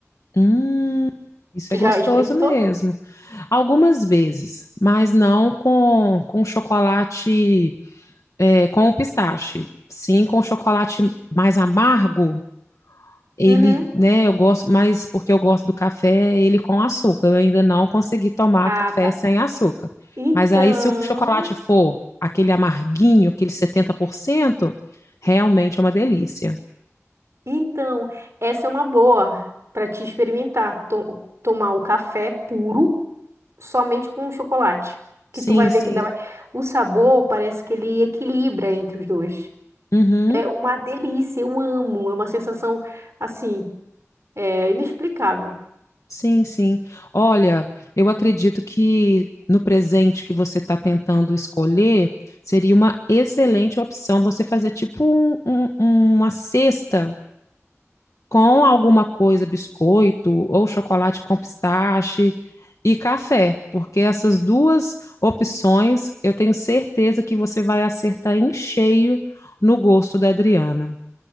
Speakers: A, on the left (about 85°); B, on the right (about 65°).
A: hum, isso
B: Tu
A: é gostoso
B: já experimentou?
A: mesmo. Algumas vezes, mas não com, com chocolate, é, com o pistache. Sim, com chocolate mais amargo, ele,
B: Uhum.
A: né, eu gosto mais porque eu gosto do café, ele com açúcar. Eu ainda não consegui tomar
B: Ah,
A: café
B: tá.
A: sem açúcar.
B: Então.
A: Mas aí, se o chocolate for aquele amarguinho, aquele 70% realmente é uma delícia.
B: Então, essa é uma boa para te experimentar. To- tomar o café puro somente com o chocolate. Que
A: Sim,
B: tu vai ver
A: sim.
B: que dá. mais- O sabor parece que ele equilibra entre os dois.
A: Uhum.
B: É uma delícia, eu amo. É uma sensação assim, é inexplicável,
A: Sim, sim. Olha, eu acredito que no presente que você está tentando escolher, seria uma excelente opção você fazer tipo um- um- um, uma cesta com alguma coisa, biscoito ou chocolate com pistache e café, porque essas duas opções eu tenho certeza que você vai acertar em cheio no gosto da Adriana.